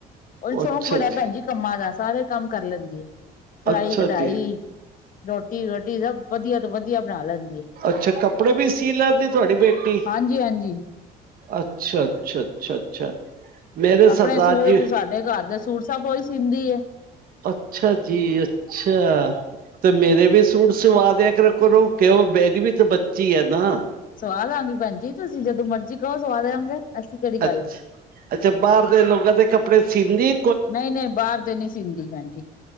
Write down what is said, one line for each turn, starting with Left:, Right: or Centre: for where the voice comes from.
Right: ਅੱਛਾ
Left: ਓਨੂੰ ਸ਼ੌਕ ਬੜਾ
Right: ਅੱਛਾ
Left: ਭੈਣ ਜੀ ਕੰਮਾਂ ਦਾ ਸਾਰੇ ਕੰਮ ਕਰ ਲੈਂਦੀ ਐ ਸਲਾਈ
Right: ਅੱਛਾ
Left: ਕਢਾਈ
Right: ਜੀ
Left: ਰੋਟੀ <unintelligible> ਵਧੀਆ ਤੋਂ ਵਧੀਆ ਬਣਾ ਲੈਂਦੀ
Right: ਅੱਛਾ ਕੱਪੜੇ ਵੀ ਸੀ ਲੈਂਦੀ ਤੁਹਾਡੀ ਬੇਟੀ
Left: ਹਾਂਜੀ, ਹਾਂਜੀ।
Right: ਅੱਛਾ, ਅੱਛਾ, ਅੱਛਾ, ਅੱਛਾ ਮੇਰੇ
Left: ਆਪਣੇ
Right: ਸਰਦਾਾਰ
Left: ਸੂਟ
Right: ਜੀ
Left: ਸਾਡੇ ਘਰ ਦੇ ਸੂਟ ਸਭ ਉਹੀ ਸੀਂਦੀ ਏ
Right: ਅੱਛਾ ਜੀ ਅੱਛਾ ਤੇ ਮੇਰੇ ਵੀ ਸੂਟ ਸਵਾਦਿਆ ਕਰੋ ਕਿ ਉਹ ਮੇਰੀ ਵੀ ਤਾਂ ਬੱਚੀ ਏ ਨਾ
Left: ਸਵਾ ਦਵਾਂਗੀ ਭੈਣਜੀ ਤੁਸੀਂ ਜਦੋਂ ਮਰਜੀ ਕਹੋ ਸਵਾ ਦਿਆਂਗੇ ਐਸੀ ਕਿਹੜੀ ਗੱਲ
Right: ਅੱਛ,
Left: ਏ।
Right: ਅੱਛਾ ਬਾਹਰ ਦੇ ਲੋਕਾਂ ਦੇ ਕੱਪੜੇ ਸੀਦੀ
Left: ਨਹੀਂ, ਨਹੀਂ ਬਾਹਰ ਦੇ ਨੀ ਸੀਦੀ ਭੈਣਜੀ